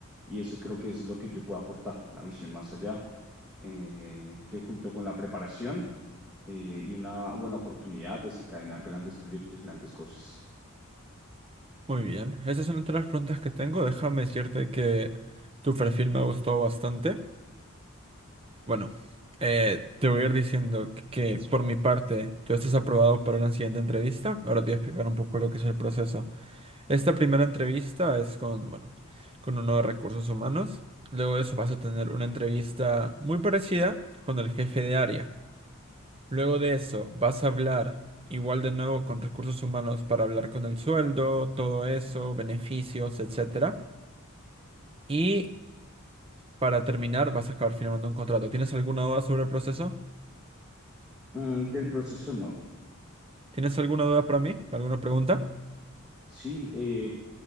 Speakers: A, in the centre; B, on the right.
A: y eso creo que es lo que yo puedo aportar, una visión más allá eh, que junto con la preparación eh, y una buena oportunidad desencadenan grandes proyectos, grandes cosas.
B: Muy bien, esa es una de las preguntas que tengo. Déjame decirte que tu perfil me ha gustado bastante. Bueno, eh, te voy a ir diciendo que por mi parte tú estás aprobado para la siguiente entrevista. Ahora te voy a explicar un poco lo que es el proceso. Esta primera entrevista es con, bueno, con uno de recursos humanos. Luego de eso vas a tener una entrevista muy parecida con el jefe de área. Luego de eso, vas a hablar igual de nuevo con recursos humanos para hablar con el sueldo, todo eso, beneficios, etcétera. Y para terminar, vas a acabar firmando un contrato. ¿Tienes alguna duda sobre el proceso?
A: Mm, del proceso no.
B: ¿Tienes alguna duda para mí? ¿Alguna pregunta?
A: Sí, eh,